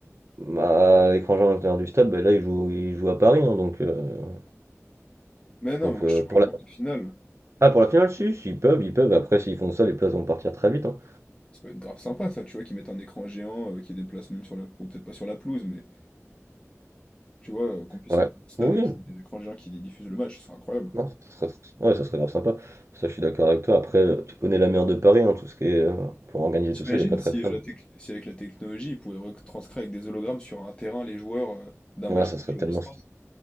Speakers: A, on the right; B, on the left.
A: bah, à l'étranger à l'intérieur du stade, bah, là, ils jouent, ils jouent à Paris, hein, donc, euh,
B: Mais non,
A: donc
B: mais moi,
A: euh,
B: je te
A: pour
B: parle
A: la,
B: pour la finale.
A: ah, pour la finale, si, si, ils peuvent, ils peuvent. Après, s'ils font ça, les places vont partir très vite. Hein.
B: Ça peut être grave sympa, ça, tu vois, qu'ils mettent un écran géant euh, qui déplace même sur la... Bon, peut-être pas sur la pelouse, mais tu vois, euh, qu'on puisse
A: Ouais.
B: aller au stade
A: Oui,
B: et qu'il y ait des écrans géants qui diffusent le match, ce serait incroyable.
A: Non, ça serait, ouais, ça serait grave sympa. Ça, je suis d'accord avec toi. Après, euh, tu connais la mer de Paris, hein, tout ce qui est euh, pour organiser
B: T'imagines
A: tout ça, elle est pas
B: si,
A: très fan.
B: euh, la tec- si avec la technologie, ils pouvaient retranscrire avec des hologrammes sur un terrain les joueurs euh, d'un match
A: Ouais, ça
B: qu'ils
A: serait
B: jouent
A: tellement,
B: à distance?